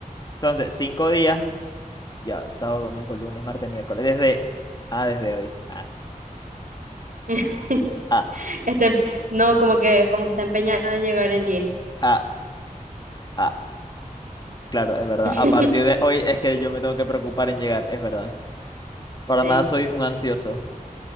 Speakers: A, on the left; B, on the right.
A: Entonces, 5 días, ya sábado, domingo, lunes, martes, miércoles, desde... Ah, desde hoy. Ah,
B: <laughs>
A: ah,
B: Este, no, como que, como que está empeñado en llegar en diez
A: ah, ah. Claro, es verdad.
B: <laughs>
A: A partir de hoy es que yo me tengo que preocupar en llegar, es verdad. Para
B: Sí.
A: nada soy un ansioso.